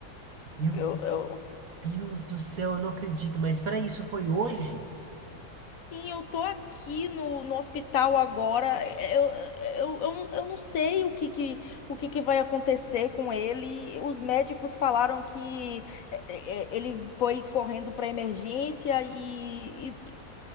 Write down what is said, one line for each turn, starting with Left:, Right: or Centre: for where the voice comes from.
Right: meu
Left: eu eu
Right: Deus do céu, eu não acredito. Mas peraí, isso foi hoje?
Left: Sim, eu tô aqui no, no hospital agora. É, Eu, é, eu, eu, não- eu não sei o que, que, o que, que vai acontecer com ele. Os médicos falaram que é, é, é, ele foi correndo para emergência e, e- e-